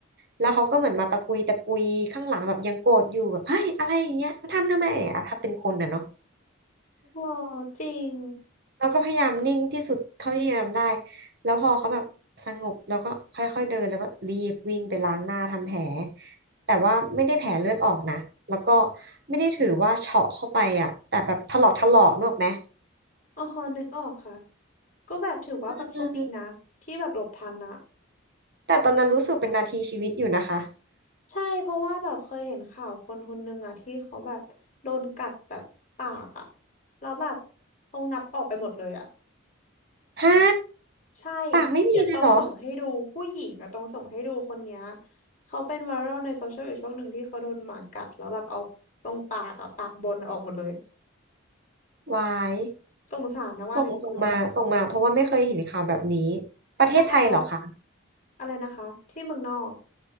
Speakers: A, on the right; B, on the left.
A: แล้วเขาก็เหมือนมาตะกุยตะกุยข้างหลังแบบยังโกรธอยู่แบบเฮ้ยอะไรอย่างเงี้ยมาทำทำไมอ่ะถ้าเป็นคนอ่ะเนาะ
B: โอ้จริง
A: แล้วก็พยายามนิ่งที่สุดเท่าที่จะทำได้แล้วพอเขาแบบสงบแล้วก็ค่อยๆเดินแล้วก็รีบวิ่งไปล้างหน้าทำแผลแต่ว่าไม่ได้แผลเลือดออกนะแล้วก็ไม่ได้ถือว่าเฉาะเข้าไปอ่ะแต่แบบถลอกถลอกนึกออกไหม
B: อ๋อนึกออกค่ะก็แบบถือว่าแบบโชคดีนะที่แบบหลบทันนะ
A: อืมแต่ตอนนั้นรู้สึกเป็นนาทีชีวิตอยู่นะคะ
B: ใช่เพราะว่าแบบเคยเห็นข่าวคนคนหนึ่งอะที่เขาแบบโดนกัดแบบปากอะแล้วแบบเขางับออกไปหมดเลยอะ
A: ฮะ
B: ใช่
A: ปากไม่มีเลยเหรอ
B: เดี๋ยวต้องส่งให้ดูผู้หญิงอะต้องส่งให้ดูคนเนี้ยเขาเป็นไวรัลในโซเชียลอยู่ช่วงหนึ่งที่เขาโดนหมากัดแล้วแบบเอาตรงปากอะปากบนออกหมดเลย
A: วาย
B: สงสารนะว่านี่สงสารนะ
A: ส่งส่งมาส่งมาเพราะว่าไม่เคยเห็นข่าวแบบนี้ ประเทศไทยเหรอคะ
B: ได้ตอนอะไรนะคะที่เมืองนอก